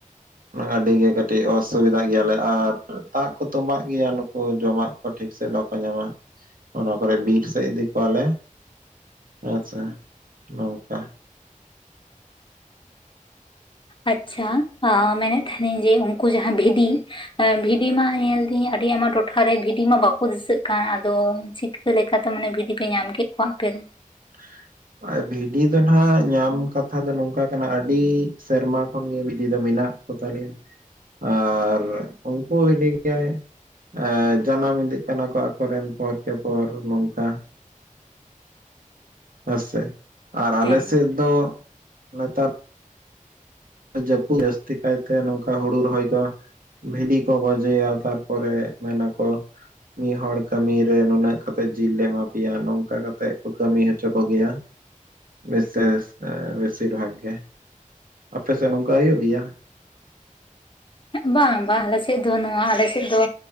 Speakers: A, on the right; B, on the left.
A: ᱟᱹᱰᱤ ᱜᱮ ᱠᱟᱹᱴᱤᱡ ᱚᱥᱩᱵᱤᱫᱷᱟ ᱜᱮᱭᱟᱞᱮ ᱟᱨ ᱫᱟᱜ ᱠᱚ ᱛᱚᱸᱵᱟᱜ ᱜᱮᱭᱟ ᱱᱩᱠᱩ ᱡᱚᱢᱟᱜ ᱠᱚ ᱴᱷᱤᱠ ᱥᱟᱹᱦᱤᱡ ᱵᱟᱠᱚ ᱧᱟᱢᱟ ᱾ ᱚᱱᱟ ᱠᱚᱨᱮ ᱵᱤᱨ ᱥᱮᱫ ᱤᱫᱤ ᱠᱚᱣᱟᱞᱮ ᱟᱪᱪᱷᱟ ᱱᱚᱝᱠᱟ᱾
B: ᱟᱪᱪᱷᱟ ᱢᱮᱱᱮᱫ ᱛᱟᱦᱮᱱᱤᱧ ᱡᱮ ᱩᱱᱠᱩ ᱡᱟᱦᱟᱸ ᱵᱷᱤᱫᱤ ᱵᱷᱤᱰᱤ ᱢᱟ ᱧᱮᱞ ᱫᱤᱧ ᱟᱹᱰᱤ ᱟᱭᱢᱟ ᱴᱚ ᱴᱚᱴᱷᱟ ᱨᱮ ᱵᱷᱤᱰᱤ ᱢᱟ ᱵᱟᱠᱚ ᱫᱤᱥᱟᱹᱜ ᱠᱟᱱ ᱟᱫᱚ ᱪᱤᱠᱟᱹ ᱞᱮᱠᱟᱛᱮ ᱢᱟᱱᱮ ᱵᱷᱤᱰᱤ ᱯᱮ ᱧᱟᱢ ᱠᱮᱫ ᱠᱚᱣᱟ ᱟᱯᱮ ᱫᱚ?
A: <unintelligible> ᱵᱷᱤᱰᱤ ᱫᱚ ᱱᱟᱦᱟᱸᱜ ᱧᱟᱢ ᱠᱟᱛᱷᱟ ᱫᱚ ᱱᱚᱝᱠᱟ ᱠᱟᱱᱟ ᱟᱹᱰᱤ ᱥᱮᱨᱢᱟ ᱠᱷᱚᱱᱜᱮ ᱵᱷᱤᱰᱤ ᱫᱚ ᱢᱮᱱᱟᱜ ᱠᱚᱛᱟᱞᱮᱭᱟ ᱟᱨ ᱩᱱᱠᱩ ᱵᱷᱤᱰᱤ ᱜᱮ ᱮᱸ ᱡᱟᱱᱟᱢ ᱤᱫᱤᱜ ᱠᱟᱱᱟ ᱠᱚ ᱟᱠᱚᱨᱮᱱ ᱯᱚᱨ ᱠᱮ ᱯᱚᱨ ᱱᱚᱝᱠᱟ ᱾ ᱦᱮᱸᱥᱮ ᱟᱨ ᱟᱞᱮ
B: ᱦᱮᱸ
A: ᱥᱮᱫ ᱫᱚ ᱱᱮᱛᱟᱨ ᱡᱟᱹᱯᱩᱫ ᱡᱟᱹᱥᱛᱤ ᱠᱟᱭᱛᱮ ᱱᱚᱝᱠᱟ ᱦᱩᱲᱩ ᱨᱚᱦᱚᱭ ᱠᱚ ᱵᱷᱤᱰᱤ ᱠᱚ ᱜᱚᱡᱮᱭᱟ ᱛᱟᱨ ᱯᱚᱨᱮ ᱢᱮᱱ ᱟᱠᱚ ᱢᱤᱫ ᱦᱚᱲᱚᱲ ᱠᱟᱹᱢᱤ ᱨᱮ ᱱᱩᱱᱟᱹᱜ ᱠᱟᱛᱮᱜ ᱡᱤᱞ ᱞᱮ ᱮᱢᱟ ᱯᱮᱭᱟ ᱱᱚᱝᱠᱟ ᱠᱟᱛᱮᱜ ᱠᱚ ᱠᱟᱹᱢᱤ ᱦᱚᱪᱚ ᱠᱚᱜᱮᱭᱟ ᱾ ᱵᱮᱥᱮᱥ ᱵᱮᱥᱤᱨ ᱵᱷᱟᱜᱮ ᱾ ᱟᱯᱮ ᱥᱮᱫ ᱱᱚᱝᱠᱟ ᱦᱩᱭᱩᱜ ᱜᱮᱭᱟ?
B: ᱵᱟᱝ ᱵᱟᱝ ᱟᱞᱮ ᱥᱮᱫ ᱫᱚ ᱱᱚᱣᱟ ᱟᱞᱮ ᱥᱮᱫ ᱫᱚ